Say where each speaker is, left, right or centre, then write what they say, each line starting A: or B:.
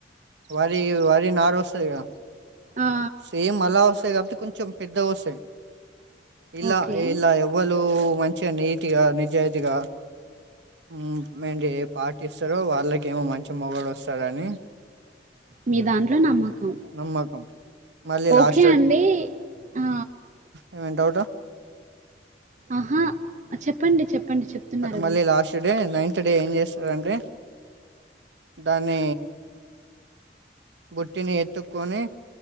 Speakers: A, on the right; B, on the right.
A: వరి వరి నార్ వస్తది కదా
B: ఆ
A: సేమ్ అలా వస్త్ కాబట్టి కొంచెం పెద్దగ వస్తయి ఇలా
B: ఓకే
A: ఇలా ఎవ్వళూ మంచిగ నీట్గా నిజాయితీగా మ్మ్ మెంటి పాటిస్తరో వాళ్ళకేమో మంచి మొగుడు వస్తడని
B: మీ దాంట్లో నమ్మకం
A: నమ్మకం మళ్ళీ
B: ఓకే
A: లాస్ట్
B: అండీ ఆ
A: ఏంమైన్నా డౌట్ ఆ
B: ఆహా చెప్పండి చెప్పండి చెప్తున్నారుగా
A: మళ్ళీ లాస్ట్ డే నైన్త్ డే ఏం చేస్తారంటే దాన్ని బుట్టిని ఎత్తుకొని